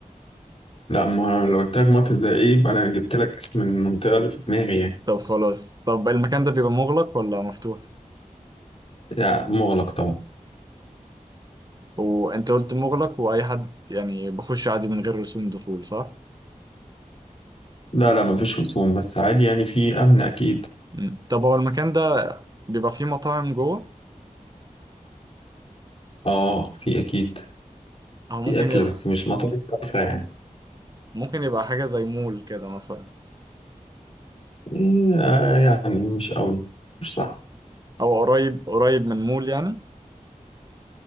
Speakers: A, on the left; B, on the right.
A: لا ما لو قلت لك مناطق زي ايه يبقى انا جبت لك اسم المنطقة اللي في دماغي يعني,
B: طب خلاص طب المكان ده بيبقى مغلق ولا مفتوح
A: يعني مغلق طبعا
B: وانت قلت مغلق واي حد يعني بخش عادي من غير رسوم دخول صح
A: لا لا مفيش رسوم بس عادي يعني في أمن أكيد
B: مم. طب هو المكان ده بيبقى فيه مطاعم جوه
A: آه في أكيد
B: او ممكن
A: في أكل
B: يبقى
A: بس مش مطاعم كفر يعني
B: ممكن يبقى حاجة زي مول كده مثلا
A: إيه، آه، يعني مش قوي مش صح
B: او قريب قريب من مول يعني